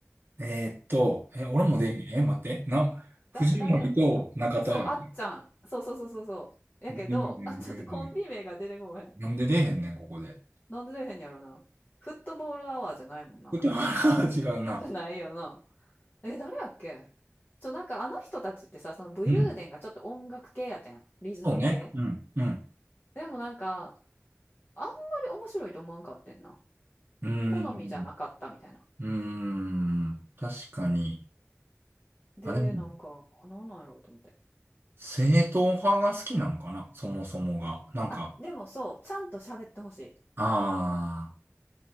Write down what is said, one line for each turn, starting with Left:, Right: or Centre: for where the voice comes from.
Right: あ、えーっと、え、俺もで、
Left: うん。
Right: え、待って、な、藤森と中田やろ。
Left: だ、誰やったそう、あっちゃん。そうそうそうそうそう。やけど、
Right: 出えへん出えへん
Left: あ、ちょっとコンビ名が出てこへん。
Right: なんで出えへんねん、ここで。
Left: なんで出えへんやろな。フットボールアワーじゃないもんな。
Right: でも、あら <laughs> 違うな。
Left: じゃないよな。え、誰やっけちょ、なんかあの人たちってさ、その武勇伝がちょっと音楽系やったやん。
Right: うん。
Left: リズム系。
Right: そうね。うん。うん。
Left: でもなんか、あんまり面白いと思わんかってんな。
Right: うーん。
Left: 好みじゃなかったみたいな。
Right: うーん。確かに。
Left: で、
Right: あ、でも、
Left: なんか、あなんなんやろうと思って。
Right: 正統派が好きなんかなそもそもが。なんか、
Left: あ、でもそう、ちゃんと喋ってほし
Right: あ